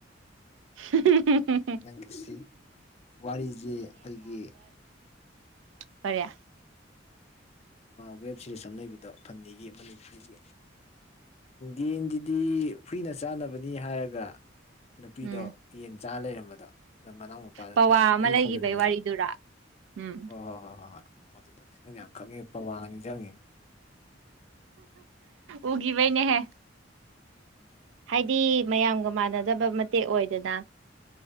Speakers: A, on the right; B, on the left.
A: <unintelligible>
B: ꯅꯪꯒꯤꯁꯤ ꯋꯥꯔꯤꯖꯤ ꯑꯩꯈꯣꯏꯒꯤ
A: ꯐꯔꯦ
B: ꯃꯥ ꯋꯦꯕ ꯁꯤꯔꯤꯁ ꯑꯃ ꯂꯩꯕꯗꯣ ꯐꯟꯗꯤꯒꯤ ꯃꯅꯤꯄꯨꯔꯒꯤ ꯌꯦꯟꯗꯨꯗꯤ ꯍꯨꯏꯅ ꯆꯥꯅꯕꯅꯤ ꯍꯥꯏꯔꯒ ꯅꯨꯄꯤꯗꯣ
A: ꯎꯝ
B: ꯌꯦꯟ ꯆꯥ ꯂꯩꯔꯝꯕꯗꯣ ꯑꯗ ꯃꯅꯥꯎ ꯅꯨꯄꯥꯗꯨꯅ
A: ꯄꯋꯥ
B: ꯍꯨꯏ
A: ꯑꯃ ꯂꯩꯈꯤꯕꯩ
B: ꯈꯣꯡꯖꯟꯕꯗꯣ
A: ꯋꯥꯔꯤꯗꯨꯔꯥ ꯎꯝ
B: ꯍꯣꯏ ꯍꯣꯏ ꯍꯣꯏ ꯍꯣꯏ ꯎꯝ ꯑꯗꯨꯗꯣ ꯅꯪꯗꯤ ꯌꯥꯝ ꯈꯪꯉꯦ ꯄꯋꯥꯒ ꯅꯤꯡꯖꯪꯉꯦ
A: ꯎꯒꯤꯕꯩꯅꯦꯍꯦ
B: ꯎꯝ
A: ꯍꯥꯏꯗꯤ ꯃꯌꯥꯝꯒ ꯃꯥꯟꯅꯗꯕ ꯃꯇꯦꯛ ꯑꯣꯏꯗꯅ